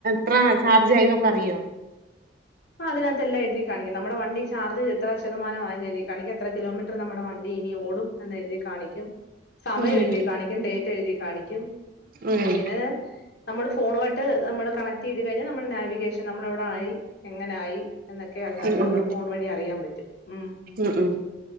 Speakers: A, on the right; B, on the left.
A: ത്രാ ചാർജായിന്നൊക്കെ അറിയൊ?
B: ആഹ് അതിനാത്തെല്ലാ എഴുതി കാണിക്കും. നമ്മടെ വണ്ടി ചാർജ് എത്ര ശതമാനായെന്ന് എഴുതി കാണിക്കും. എത്ര കിലോമീറ്റർ നമ്മടെ വണ്ടി ഇനി ഓടും എന്ന് എഴ്തി കാണിക്കും. സമയം
A: ഉം
B: എഴുതി കാണിക്കും. ഡേറ്റ് എഴുതി കാണിക്കും.
A: ഉം
B: പിന്നെ നമ്മള് ഫോണുവായിട്ട് നമ്മള് കണക്ടെയ്ത് കഴിഞ്ഞാ നമ്മള് നാവിഗേഷൻ നമ്മളെ വ്ടായി, എങ്ങനായി എന്നൊക്കെ അതിനാത്ത്
A: ഉം ഉം
B: നമ്മടെ ഫോണ് വഴി അറിയാം പറ്റും. ഉം
A: ഉം ഉം